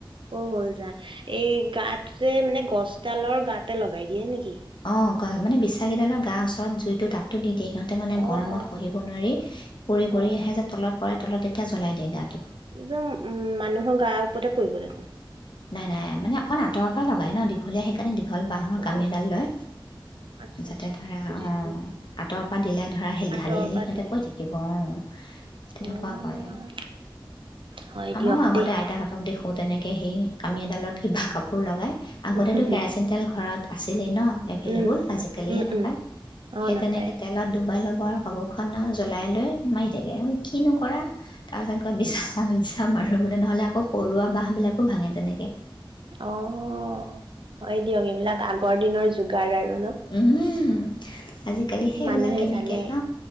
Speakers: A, on the right; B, on the left.
A: অ হ যা এই গাতে মানে গছডালৰ গাতে লগাই দিয়ে নেকি
B: অ মানে বিশ্বাসকেইডালৰ গা ওচৰত জুইটো তাপটো দি দিয়ে সিহঁতে মানে
A: অ
B: গৰমত
A: অ
B: খহিব
A: অ
B: নোৱাৰি পৰি -
A: অ
B: পৰি আহে যে তলত। পৰে তল এতি জ্বলাই দিয়ে গাঁ।
A: জন উম', মানুহৰ গাৰ ওপৰতে পৰিব দেখোন।
B: নাই - নাই মানে অকণ আঁতৰ পৰা লগাই ন দীঘলীয়া সেইকাৰণে। দীঘল বাঁহৰ
A: অ',
B: কামি এদাল লৈ
A: আচ্ছা
B: যাতে
A: আচ্ছা আচ্ছা
B: ধৰা
A: বুজিছো বুজিছো
B: আতৰ পৰা দিলে ধৰা ধালি-ধালি
A: আঁতৰৰ
B: সিহঁতে
A: পৰা দিয়ে।
B: কৰি থাকিব অ' তেনেকোৱা
A: অ',
B: কৰে
A: হয়
B: আমাৰো
A: দিয়ক
B: আগতে
A: দেই।
B: আইতা হতক দেখো তেনেকে। কেই কামি এডালত কিবা কাপোৰ লগায়, আগতেতো
A: উম,
B: কেৰাচিন তেল ঘৰত আছিলেই ন এভেইলেবল
A: উম,
B: আজিকালি
A: উম,
B: হে নাপাই
A: উম, অ',
B: সেই
A: নাপায়
B: তেনেকে তেলত ডুবাই ম'বাইলৰব কাপোৰখন জ্বলাই লৈ মাৰি থাকে কিনোকৰা তাৰপিছত <unintelligible> ধুবলৈ নহ'লে আকৌ পৰুৱা বহবিলাকো ভাঙে তেনেকে
A: আহহহহহহ হয় দিয়ক এইবিলাক আগৰ দিনৰ যোগাৰ আৰু ন
B: হমমমমম আজিকালি সেইবিলাক
A: মানুহে
B: কেমিকেল
A: জানে।
B: ন